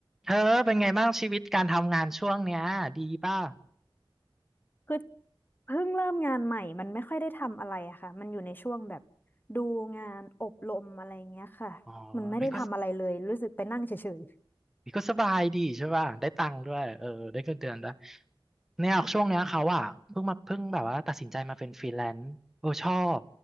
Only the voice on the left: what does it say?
คือเพิ่งเริ่มงานใหม่ มันไม่ค่อยได้ทำอะไรอะค่ะมันอยู่ในช่วงแบบดูงานอบรมอะไรเงี้ยค่ะมันไม่ได้ทำอะไรเลยรู้สึกไปนั่งเฉย